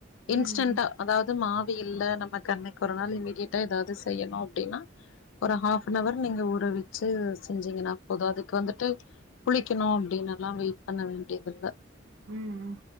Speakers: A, on the right; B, on the left.
A: ம்
B: இன்ஸ்டன்டா அதாவ்து மாவு இல்ல நமக்கன்னைக்கு ஒரு நாள் இம்மீடியட்டா ஏதாவ்து செய்யனு அப்டின்னா ஒரு ஹாஃப்பனவர் நீங்க ஊறவெச்சு செஞ்சீங்கன்னா போது அதுக்கு வந்துட்டு புளிக்கனோ அப்டின்னுல்லா வெயிட் பண்ண வேண்டிதில்ல
A: ம் ம்